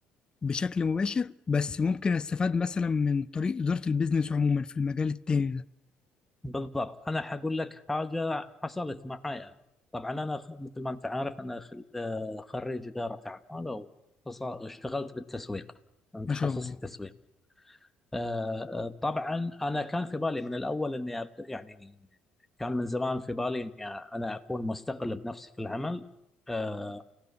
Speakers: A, on the left; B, in the centre.
A: بشكل مباشر بس ممكن أستفاد مثلا من طريق إدارة البيزنس عموما في المجال التاني ده
B: بالضبط انا حقول لك حاجه حصلت معاي أنا. طبعا انا خ- مثل ما انت عارف انا خل- آه، خريج اداره اعمال واشتغلت بالتسويق انا
A: ما
B: تخصصي
A: شاء الله
B: تسويق آه، آه، طبعا انا كان في بالي من الاول اني أبدأ يعني كان من زمان في بالي اني انا اكون مستقل بنفسي في العمل آه،